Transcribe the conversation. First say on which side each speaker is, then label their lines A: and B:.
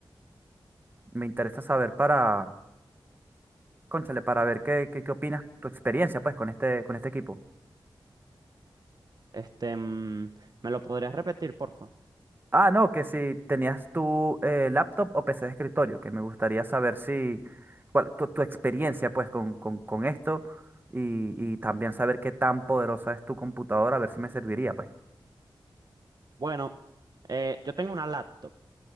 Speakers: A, on the right; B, on the right.
A: Me interesa saber para, cónchale, para ver qué, qué, qué opinas, tu experiencia, pues, con este, con este equipo.
B: Este, mm, ¿me lo podrías repetir, porfa?
A: Ah, no, que si tenías tu eh, laptop o PC de escritorio, que me gustaría saber si, cuál, tu, tu experiencia pues con, con, con esto y, y también saber qué tan poderosa es tu computadora, a ver si me serviría pues.
B: Bueno, eh, yo tengo una laptop,